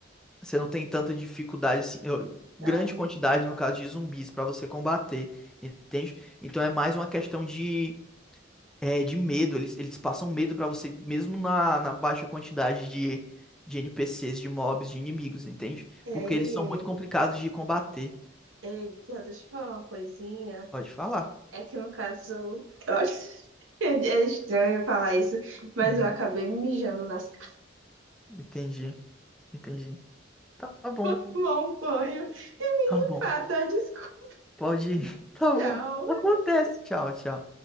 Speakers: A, in the centre; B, on the right.
A: Você não tem tanta dificuldade assim, eu-
B: tá.
A: grande quantidade no caso de zumbis pra você combater, entende? Então é mais uma questão de é, de medo, eles, eles passam medo pra você mesmo na, na baixa quantidade de de NPCs, de mobs, de inimigos, entende?
B: É,
A: Porque
B: e-
A: eles são muito complicados de combater.
B: Eita, deixa eu falar uma coisinha.
A: Pode falar.
B: É que no caso, eu acho <laughs> é é estranho eu falar isso, mas
A: Uhum,
B: eu acabei mijando nas calças,
A: Entendi, entendi. Tá
B: <laughs>
A: bom,
B: vou tomar um banho e me
A: tá bom.
B: limpar, tá? Desculpa,
A: Pode ir. <laughs> Tá
B: tchau.
A: bom. Acontece. Tchau, tchau.